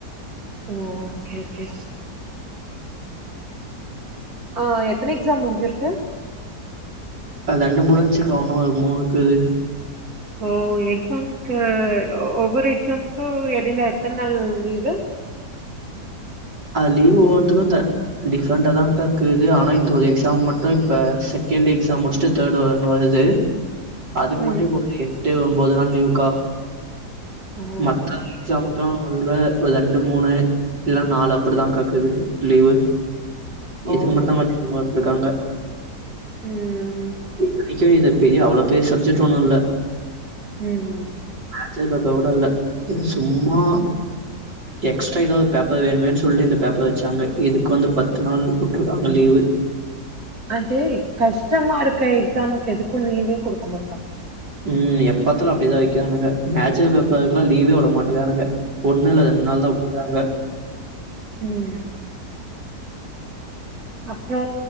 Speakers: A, on the right (about 60°); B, on the right (about 85°).
A: ஓ ஓகே ஓகே ஆ எத்தன எக்ஸாம் முடிஞ்சிருக்கு
B: அது ரெண்டு முடுஞ்ச்சுக்கா உன்னு ஒரு மூணுக்குது
A: ஓ எக்ஸாம்க்கு ஒவ்வொரு எக்ஸாம்க்கு எடைல எத்தன் நாள் லீவு
B: அ லீவு ஒவ்வொன்த்துக்கு த டிஃப்ரெண்ட்டா தாங்க்காக்குது ஆனா இந்த ஒரு எக்ஸாம் மட்டு இப்ப செகண்டு் எக்ஸாம் முடிச்சிட்டு தேடு வர்ணு வருது அதுக்கு
A: ம்
B: மட்டும் இப்ப ஒரு எட்டு ஒம்போது நாள் லீவுக்கா
A: ஓ
B: மத்த
A: செரி
B: எக்ஸாம்க்குதா மொதல ஒரு ரெண்டு மூணு இல்ல நாலு அப்டிதாங்க்கா இக்குது லீவு
A: ஓ
B: இதுக்கு மட்டுந்தா
A: செரி
B: கொஞ்ச <inaudible> ருக்காங்க
A: ம்
B: இத்தனக்கி இது பெரிய அவ்ளோ பெரிய சப்ஜெக்ட் ஒன்னு இல்ல
A: ம்
B: ஆன்சர் பேப்பர் கூட இல்ல இது சும்மா எக்ஸ்ட்ரா ஏதாது பேப்பர் வேணுமேன்னு சொல்ட்டு இந்த பேப்பர் வச்சாங்க இதுக்கு வந்து பத்து நாள் உட்ருக்காங்க லீவு
A: அதே கஷ்டமா இருக்க எக்ஸாம்க்கு எதுக்கும் லீவே குடுக்க மாட்டாங்க
B: ம் எப் பாத்தலு அப்டிதா வக்கிறானுங்க மேட்ச்சர் பேப்பருக்கெல்லா லீவே விட மாட்டேகிறானுங்க ஒண்ணு இல்ல ரெண் நாள்தா உட்ருராங்க
A: ம் அப்புறொ